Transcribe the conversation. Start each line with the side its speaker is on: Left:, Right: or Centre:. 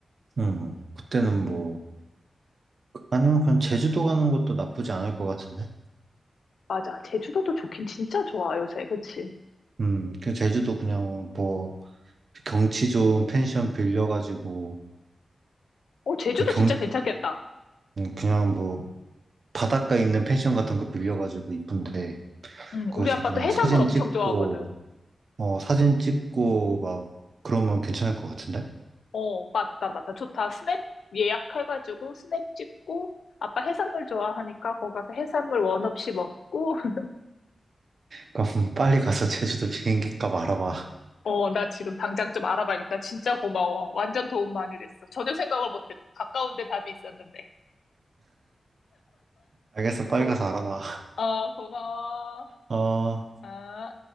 Right: 음, 그때는
Left: 음,
Right: 뭐, 아니면 그냥 제주도 가는 것도 나쁘지 않을 것 같은데?
Left: 맞아. 제주도도 좋긴 진짜 좋아, 요새. 그치?
Right: 음, 그 제주도 그냥 뭐, 경치 좋은 펜션 빌려가지고,
Left: 어, 제주도
Right: 그 경,
Left: 진짜 괜찮겠다.
Right: 음, 그냥 뭐, 바닷가 있는 펜션 같은 거 빌려가지고 이쁜데,
Left: 응,
Right: 거기서
Left: 우리 아빠도
Right: 그냥
Left: 해산물
Right: 사진
Left: 엄청
Right: 찍고,
Left: 좋아하거든.
Right: 어, 사진 찍고 막, 그러면 괜찮을 것 같은데?
Left: 어, 맞다, 맞다. 좋다. 스냅 예약해가지고 스냅 찍고, 아빠 해산물 좋아하니까 거기 가서 해산물 원 없이 먹고, <laughs>
Right: 그럼 <laughs> 빨리 가서 제주도 비행기 값 알아봐.
Left: 어, 나 지금 당장 좀 알아봐야겠다. 진짜 고마워. 완전 도움 많이 됐어. 전혀 생각을 못했고 가까운 데 답이 있었는데.
Right: 알겠어,
Left: 고,
Right: 빨리 가서 알아봐.
Left: 어, 고마워.
Right: 어.
Left: 아.